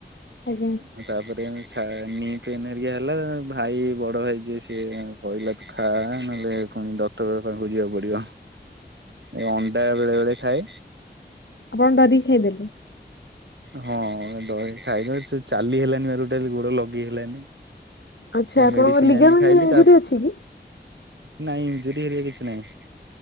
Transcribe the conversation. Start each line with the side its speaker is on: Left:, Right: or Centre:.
Left: ଆଜ୍ଞା।
Right: ଆ ତାପରେ ସା ନି -ପେନ୍ ହେରିକା ହେଲା ଭାଇ ବଡ ଭାଇ ଯିଏ ସିଏ କହିଲ ତ ଖା ନହେଲେ ପୁଣି ଡକ୍ଟର ପାଖକୁ ଖୋଜିବାକୁ ପଡିବ। ଏ ଅଣ୍ଡା ବେଳେ ବେଳେ ଖାଏ।
Left: ଆପଣ ଡରି କିଖାଇଦେଲେ
Right: ହଁ ଦହି ଖାଇବା ସେ ଚାଲି ହେଲନି ପା ଟୋଟାଳି ଗୋଡ ଲଗେଇ ହେଲାନି।
Left: ଆଚ୍ଛା ଆପଣଙ୍କର
Right: ମେଡିସିନ
Left: ଲିଗାମେଣ୍ଟ
Right: ଆଣି ଖାଇଲି
Left: ଇଞ୍ଜୁରି
Right: ତା
Left: ଅଛି କି?
Right: ନାଇଁଜରି କିଛି ନାଇଁ